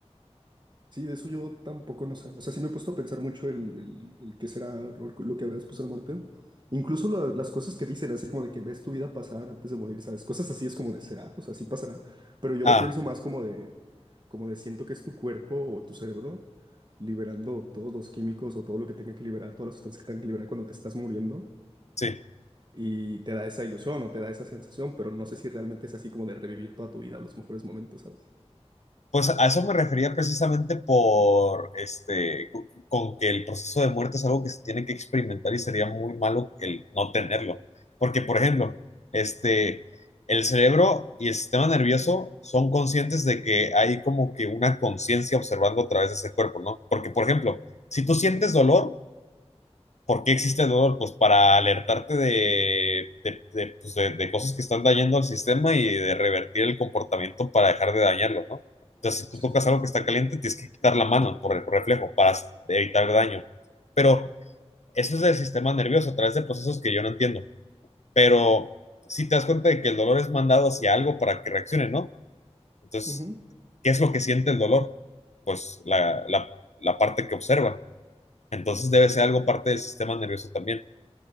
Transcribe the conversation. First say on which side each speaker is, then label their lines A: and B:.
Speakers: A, on the right (about 40°); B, on the left (about 85°).
A: Sí, de eso yo tampoco no sé. O sea, sí me he puesto a pensar mucho el, el, el qué será o lo que habrá después de la muerte. Incluso la- las cosas que dicen, así como de que ves tu vida pasar antes de morir, ¿sabes? Cosas así es como de será, o sea, sí pasará. Pero yo
B: Ah,
A: lo pienso más como de, como de siento que es tu cuerpo o tu cerebro liberando todos los químicos o todo lo que tenga que liberar, todas las sustancias que tenga que liberar cuando te estás muriendo.
B: sí.
A: Y te da esa ilusión o te da esa sensación, pero no sé si realmente es así como de revivir toda tu vida, los mejores momentos, ¿sabes?
B: Pues a eso me refería precisamente por este, co- con que el proceso de muerte es algo que se tiene que experimentar y sería muy malo el no tenerlo. Porque, por ejemplo, este, el cerebro y el sistema nervioso son conscientes de que hay como que una conciencia observando a través de ese cuerpo, ¿no? Porque, por ejemplo, si tú sientes dolor, ¿Por qué existe el dolor? Pues para alertarte de, de, de, pues, de- de cosas que están dañando al sistema y de revertir el comportamiento para dejar de dañarlo, ¿no? Entonces, si tú
A: Sí,
B: tocas
A: sí,
B: algo que está caliente, tienes que quitar la mano por el reflejo para evitar daño. Pero eso es del sistema nervioso, a través de procesos que yo no entiendo. Pero si te das cuenta de que el dolor es mandado hacia algo para que reaccione, ¿no? Entonces,
A: sí.
B: ¿qué es lo que siente el dolor? Pues la, la la parte que observa. Entonces debe ser algo parte del sistema nervioso también